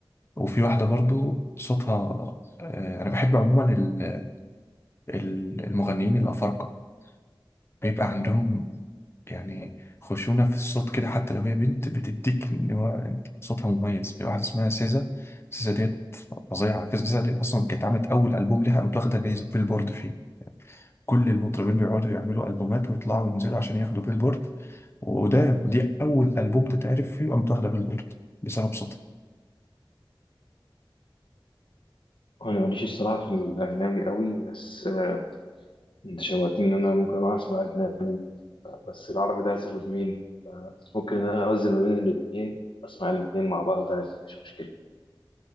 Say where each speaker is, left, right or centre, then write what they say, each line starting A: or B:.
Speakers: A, on the left; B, on the left.
A: وفي واحدة برضو صوتها آه، أنا بحب عموما ال- ال- المغنيين الأفارقة بيبقى عندهم يعني خشونة في الصوت كده حتى لو هي بنت بتديك إن هو صوتها مميز في واحدة اسمها سيزا سيزا ديت فظيعة سيزا ديت أصلا كانت عملت أول ألبوم لها متاخدة جايزة بيلبورد فيه كل المطربين بيقعدوا يعملوا ألبومات ويطلعوا وينزلوا عشان ياخدوا بيلبورد وده دي أول ألبوم تتعرف فيه وقامت واخدة بيلبورد بسبب صوتها
B: أنا ماليش الصراحة في الأجنبي أوي بس آه، أنت شوقتني إن أنا ممكن أروح أسمع أجنبي بس العربي ده هسيبه لمين ممكن إن أنا أوزن ما بين الاتنين أسمع الاتنين مع بعض عادي، مفيش مشكلة.